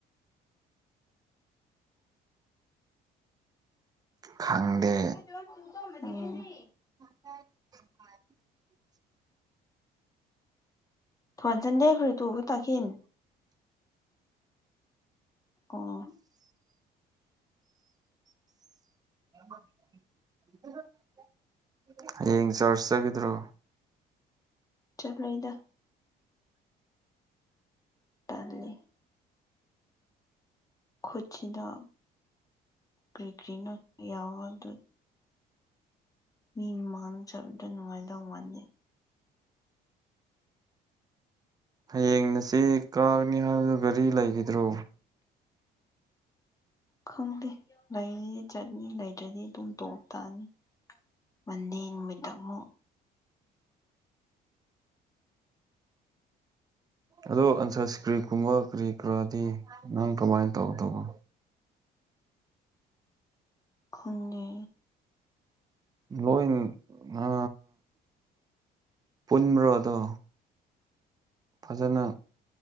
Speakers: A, on the left (about 20°); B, on the right (about 20°).
A: <unintelligible>
B: ꯈꯪꯗꯦ <unintelligible>
A: ꯊꯟꯁꯟ ꯗꯦꯈ꯭ꯔꯦ ꯇꯨ ꯇꯈꯤꯟ ꯑꯣ
B: ꯐ ꯐ ꯍꯌꯦꯡ ꯆꯔꯆ ꯆꯒꯗ꯭ꯔꯣ
A: ꯆꯠꯂꯣꯏꯗ ꯇꯥꯦ ꯈꯨꯠꯁꯤꯗ ꯀ꯭ꯔꯤ ꯀ꯭ꯔꯤꯅ ꯌꯥꯎꯋ ꯑꯗꯨ ꯃꯤ ꯃꯥꯡ ꯆꯕꯗ ꯅꯨꯡꯉꯥꯏꯗꯧ ꯃꯥꯥꯟꯂꯦ
B: ꯍꯌꯦꯡꯅ ꯆꯦ ꯀꯥꯒꯅꯤ ꯍꯥꯏꯕꯗꯨ ꯒꯥꯔꯤ ꯂꯩꯈꯤꯗ꯭ꯔꯣ
A: ꯈꯪꯗꯦ ꯂꯩꯔꯗꯤ ꯆꯠꯅꯤ ꯂꯩꯇ꯭ꯔꯗꯤ ꯑꯗꯨꯝ ꯇꯣꯛꯞ ꯇꯥꯅꯤ ꯃꯗꯦ ꯅꯨꯃꯤꯠ ꯑꯃꯨꯛ
B: ꯑꯗꯣ ꯑꯟꯁꯔ ꯁꯀ꯭ꯔꯤ ꯀꯨꯝꯕ ꯀꯔꯤ ꯀꯔꯥꯗꯤ ꯅꯪ ꯀꯃꯥꯏꯅ ꯇꯧꯕ ꯇꯧꯕꯣ
A: ꯈꯨꯟꯅꯤ
B: ꯂꯣꯜ ꯑ ꯄꯨꯟꯃ꯭ꯔꯣꯗ ꯐꯖꯅ